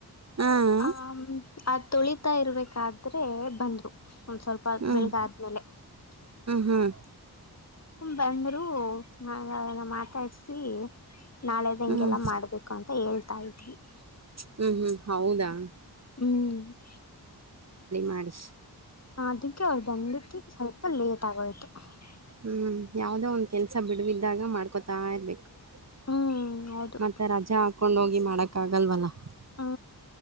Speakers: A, on the right (about 40°); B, on the left (about 40°).
A: ಹ್ಮ್
B: ಆ ಅತೊಳಿತಾ ಇರರ್ಬೇಕಾದ್ರೆ ಬಂದ್ರು. <unintelligible> ಒಂದ್ ಸ್ವಲ್ಪ
A: ಹ್ಮ್
B: ಬೆಳಗ್
A: ಹ್ಮ್
B: ಆದ್ಮೇಲೆ. <unintelligible>
A: ಹ್ಮ್ ಹ್ಮ್
B: ಹು ಬಂದ್ರು ನನಗ ಅವಾಗ ಮಾತಾಡ್ಸಿ. <unintelligible> ನಾಳೆದ ಹಂಗೆಲ್ಲ
A: ಹ್ಮ್
B: ಮಾಡ್ಬೇಕು ಅಂತ ಹೇಳ್ತಾ ಇದ್ವಿ. <unintelligible>
A: ಹು ಹು ಹೌದಾ? <unintelligible>
B: ಹು <unintelligible>
A: ಮಾಡಿಸ <unintelligible>
B: ಅದಕ್ಕೆ ಅವರ ಬಂದ ಬಿಟ್ಟ ಸ್ವಲ್ಪ ಲೇಟ್ ಆಗೋಯ್ತು. <unintelligible>
A: ಹು ಯಾವದೋ ಒಂದ್ ಕೆಲಸಾ ಬಿಡಬಿದ್ದಾಗ ಮಾಡ್ಕೊತಾ ಇರ್ಬೇಕು. <unintelligible>
B: ಹ್ಮ್ ಹೌದು
A: ಮತ್ತೆ ರಜಾ ಹಾಕೊಂಡ್ ಹೋಗಿ ಮಾಡಕ್ ಆಗಲ್ವಲ್ಲ. <unintelligible>
B: ಹ